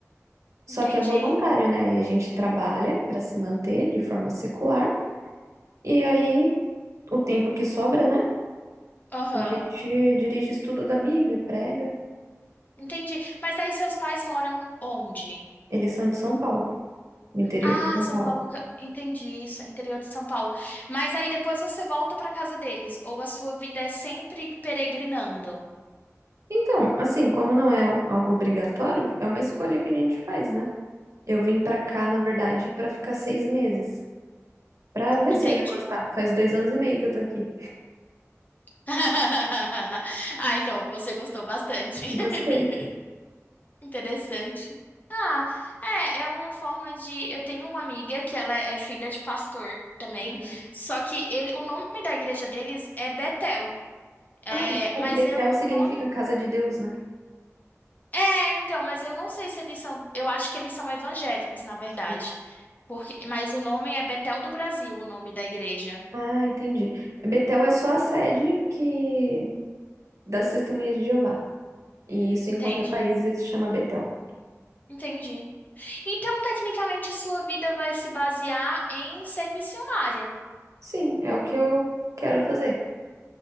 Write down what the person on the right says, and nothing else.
Só
que é voluntário, né? Aí a gente trabalha para se manter de forma secular. E aí, o tempo que sobra, né?
A gente dirige estudo da Bíblia, prega.
Eles são de São Paulo, do interior
de São
Paulo.
Então, assim, como não é algo obrigatório, é uma escolha que a gente faz, né? Eu vim pra cá, na verdade, pra ficar seis meses, Pra ver
se eu ia gostar. Faz dois anos e meio que eu tô aqui.
Gostei.
Uhum.
Ah, aqui
Betel
significa
casa de Deus, né?
Sim.
Ah, entendi. Betel é só a sede que das Testemunhas de Jeová. E isso
em qualquer país se chama Betel.
Sim, é o que eu quero fazer.